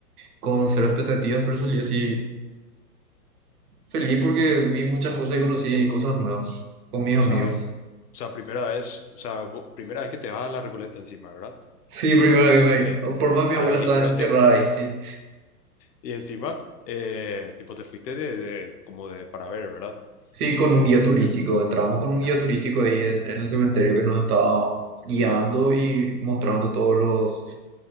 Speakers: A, on the right; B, on the left.
A: con cero expectativas, pero salí así feliz porque vi muchas cosas y conocí cosas nuevas con mis amigos.
B: O sea, o sea, primera vez, o sea, vo- primera vez que te vas a la Recoleta encima, ¿verdad?
A: Sí, primero que me...
B: Sí.
A: Por más mi
B: Ah,
A: abuela
B: y-
A: está
B: pero
A: enterrada
B: te, per-
A: ahí, sí.
B: y encima, eh, tipo, te fuiste de, de- como de para ver, ¿verdad?
A: Sí, con
B: Tipo,
A: un guía turístico.
B: de, un-
A: Entramos con un guía
B: ah,
A: turístico ahí en, en el cementerio que nos estaba guiando y mostrando todos los...